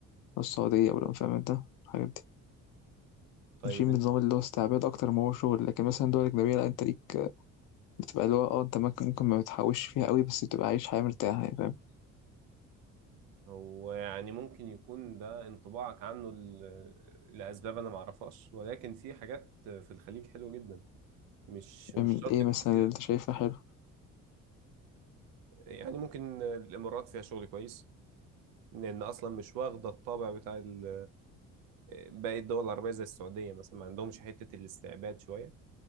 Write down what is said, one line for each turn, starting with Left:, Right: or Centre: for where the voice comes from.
Left: أو السعودية ولا فاهم انت الحاجات دي
Right: طيب
Left: ماشيين
Right: انت
Left: بنظام اللي هو استعباد أكتر ما هو شغل لكن مثلا دول أجنبية لا انت ليك بتبقى اللي هو اه انت ممكن ممكن ما بتحوش فيها قوي بس بتبقى عايش حياة مرتاحة يعني فاهم
Right: هو يعني ممكن يكون ده انطباعك عنه ل- لاسباب انا ما اعرفهاش ولكن في حاجات في الخليج حلوه جدا مش مش
Left: من
Right: شرط
Left: ايه
Right: يكون
Left: مثلا
Right: فيها
Left: اللي انت شايفها حلو
Right: يعني ممكن الامارات فيها شغل كويس لان اصلا مش واخده الطابع بتاع ال باقي الدول العربية زي السعودية مثلا ما عندهمش حتة الاستعباد شوية